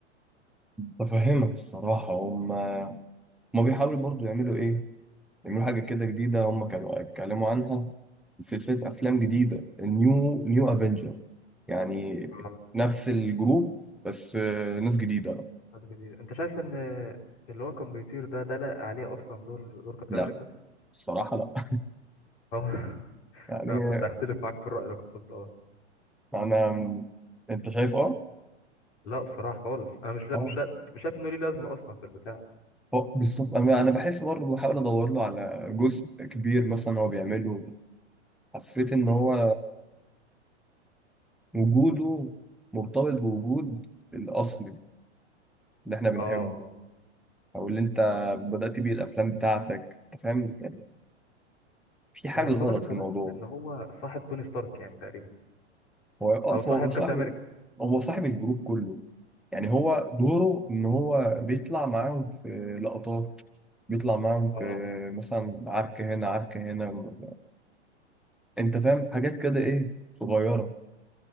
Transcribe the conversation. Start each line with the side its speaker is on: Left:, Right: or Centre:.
Centre: بفهمك الصراحه هم هم بيحاولوا برضو يعملوا ايه يعملوا حاجه كده جديده هم كانوا اتكلموا عنها سلسله افلام جديده النيو نيو افنجر يعني
Left: آه.
Centre: نفس الجروب بس آه، ناس جديده بقى
Left: طب جديد انت شايف ان اللي هو كان بيطير ده ده لا عليه اصلا دور دور كابتن
Centre: لا
Left: امريكا
Centre: الصراحه لا <laughs>
Left: اه <laughs>
Centre: يعني
Left: أنا كنت هختلف معاك في الرأي اللي كنت قلته اه
Centre: انا انت شايف اه
Left: لا بصراحة خالص أنا مش مش
Centre: اه
Left: مش شايف إنه ليه لازمة أصلا في البتاع
Centre: هو بالظبط انا انا بحس برضه بحاول ادور له على جزء كبير مثلا هو بيعمله حسيت ان هو وجوده مرتبط بوجود الاصلي اللي احنا بنحبه
Left: اه آه.
Centre: او اللي انت بدأت بيه الافلام بتاعتك انت فاهم يعني في حاجه
Left: ومرتبط
Centre: غلط
Left: كمان
Centre: في الموضوع
Left: بإن هو صاحب توني ستارك يعني تقريبا
Centre: هو اه
Left: أو صاحب
Centre: هو صاحب
Left: كابتن أمريكا
Centre: هو صاحب الجروب كله يعني هو دوره ان هو بيطلع معاهم في لقطات بيطلع معاهم في
Left: اه
Centre: مثلا عركه هنا عركه هنا انت فاهم حاجات كده ايه صغيره